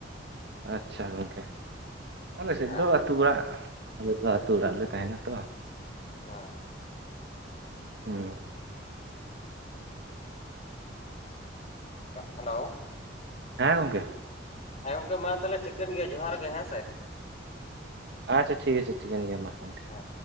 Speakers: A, on the right; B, on the left.
A: ᱟᱪᱪᱷᱟ ᱜᱚᱝᱠᱮ ᱟᱞᱮ ᱥᱮᱫ
B: ᱦᱮᱸ
A: ᱫᱚ ᱟᱹᱛᱩ ᱚᱲᱟᱜ᱾ ᱟᱞᱮ ᱫᱚ ᱟᱹᱛᱩ ᱚᱲᱟᱜ ᱨᱮᱞᱮ ᱛᱟᱦᱮᱱᱟ ᱛᱚ᱾
B: ᱦᱮᱸ᱾
A: ᱦᱩᱸ᱾
B: ᱦᱮᱞᱳ᱾
A: ᱦᱮᱸ ᱜᱚᱢᱠᱮ᱾
B: ᱦᱮᱸ ᱜᱚᱝᱠᱮ ᱢᱟ ᱛᱟᱦᱚᱞᱮ ᱴᱷᱤᱠᱟᱹᱱ ᱜᱮᱭᱟ ᱡᱚᱸᱦᱟᱨ ᱜᱮ ᱦᱮᱸ ᱥᱮ᱾
A: ᱟᱪᱪᱷᱟ ᱴᱷᱤᱠ ᱟᱪᱷᱮ ᱴᱷᱤᱠᱟᱹᱱ ᱜᱮᱭᱟ ᱢᱟ ᱜᱚᱢᱠᱮ᱾
B: ᱦᱮᱸ